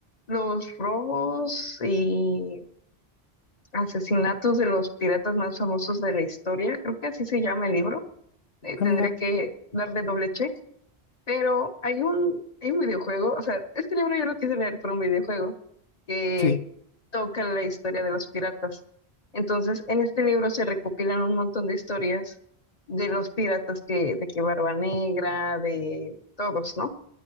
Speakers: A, on the left (about 40°); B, on the left (about 65°).
A: los robos y asesinatos de los piratas más famosos de la historia, creo que así se llama el libro. Eh,
B: Ah,
A: tendré
B: mira,
A: que darle doble check, pero hay un, hay un videojuego, o sea, este libro yo lo quise leer por un videojuego que
B: sí,
A: toca la historia de los piratas. Entonces, en este libro se recopilan un montón de historias de los piratas que, de que Barba Negra, de todos, ¿no?